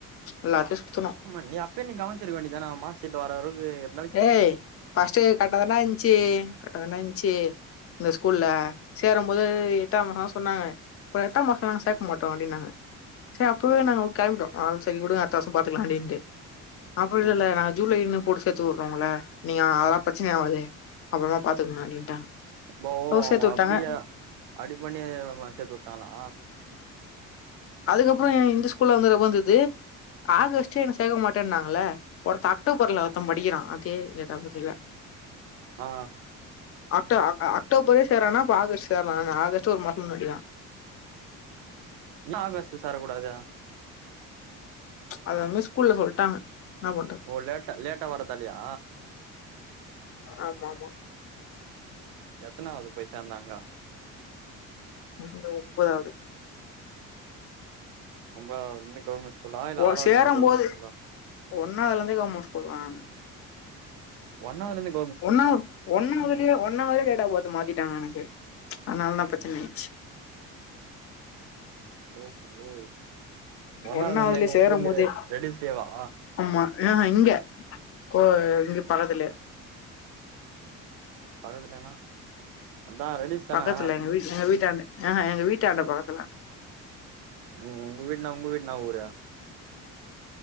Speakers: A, on the left; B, on the right.
A: எல்லாத்தையு சுத்தணு
B: ஆமா நீ அப்பய நீ கவனிச்சிருக்க வேண்டியதான மார்க்சீட்ல வரலவுக்கு எப்
A: ஏய் ஃபஸ்ட் கரட்டா தான்டா இருன்ச்சு கரட்டா தான்டா இருன்ச்சு இந்த ஸ்கூல்ல
B: ஆ
A: சேரும் போது எட்டா இதா சொன்னாங்க எட்டாம் மாச நாங்க சேக்க
B: ம்
A: மாட்டோ டோ அப்டின்னாங்க ச அப்பவே
B: ம்
A: நாங்க கெளம்பிட்டோ அ சரி விடுங்க அடுத்த வருசம் பாத்துக்கலா அப்டின்ட்டு அப்பற
B: ம்
A: இல்ல இல்ல நாங்க ஜூலைன்னு போட்டு சேத் த்து விடுறோ உங்கள நீங்க அதெல்லா பிரச்சனை ஆவாது அப்புறமா பாத்துக்குங்க அப்டின்ட்டாங்க
B: அப்ப ஓ அவங்க
A: சேத்து விட்டாங்க
B: அப்டியா அப்டி பண்ணி சேத்து வுட்டங்களா
A: அதுக்கப்பற என் இந்த ஸ்கூல்ல வந்ததுக்கு அப்றோ தா தெரிது ஆகஸ்ட்டே என்ன சேக்க மாட்டனாங்கள ஒருத்த அக்டோபர்ல ஒருத்த படிக்கிறா அதே டேட் ஆஃப் பர்த்ல
B: ஆ
A: அக்டோ அக்டோபரே சேரானா அப்ப ஆகஸ்ட் சேரலாதான அப்ப ஆகஸ்ட் ஒரு மாச தா இல்லயா
B: நா ஆகஸ்ட் சேர கூடாது
A: அதாமே ஸ்கூல்ல சொல்லிட்டாங்க என்ன பண்றது
B: ஓ லேட்டா லேட்டா வருதாலயா
A: ஆமா ஆமா
B: எத்தனாவது போய் சேந்தாங்க
A: <unintelligible> ஒம்பதாவது
B: ஒம்பதாவதுல இருந்தே கவர்மென்ட் ஸ்கூலா இல்ல
A: ஒ
B: ஆறாவதுலந்தே
A: சேரும்
B: கவர்மெண்ட்
A: போது
B: ஸ்கூலா
A: ஒன்னாவதுல இருந்தே கவர்மண்ட் ஸ்கூல் நா
B: ஒன்னாவதுல இருந்தே
A: ஒன்னாவ் ஒன்னாவ திலே ஒன்னாவதிலே டேட் ஆஃப் பர்த் மாத்திட்டாங்க எனக்கு அதனால தா பிரச்சினை ஆச்சு
B: ஓ ஓ ஒன்னாவதுல
A: ஒன்னாவதுலயே
B: இருந்து எங்க
A: சேரும்
B: உங்க ஊர்ல
A: போதே
B: ரெட்ல்ஸ்லேவா
A: ஆமா ஆ இங்க கோ இங்க பக்கத்துலயே
B: பக்கத்துலேனா அதா ரெடிஸ் தானா
A: பக்கத்துல எங்க வீ எங்க வீட்டாண்ட ஆ ஹா எங்க வீட்டாண்ட பக்கத்துல
B: ம் உங்க வீட்டுனா உங்க வீட்டுனா என்ன ஊரு